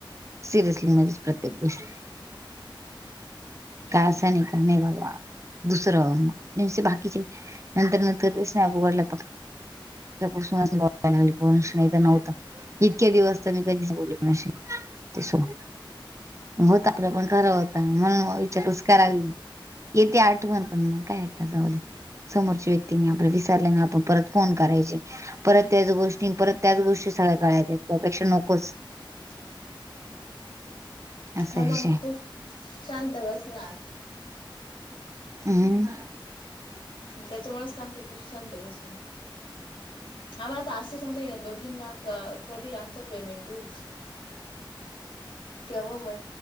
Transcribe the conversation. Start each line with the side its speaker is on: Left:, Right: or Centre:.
Right: सिरियसली म्हजेच प्रत्येक गोष्टी का नी धन्य बाबा दुसरं बाकीचे नंतर नंतर <unintelligible> <unintelligible> बोलायला लागली पोरांशी नाही तर नव्हता इतके दिवस तर मी कधीच बोलत नसे ते सो होत आपलं पण खरं होता म्हणून मग विचार <unintelligible> करावी. येते आठवण पण मग काय आता जाऊदे. समोरच्या व्यक्तीनी आपल्या विसरल्या ने आपण परत फोन करायचे. परत त्याच गोष्टी परत त्याच गोष्टी सगळ्या गळ्यात ये त्यापेक्षा नकोच.
Left: <inaudible>
Right: असा
Left: हा मग
Right: विषय
Left: तू शांत बस ना.
Right: अह.
Left: त्याच्यामुळेच सांगते तूच शांत बस मग आम्हाला त असं झालंय ना दोघींना कधी आमचा पेमेंट होईल? केव्हा म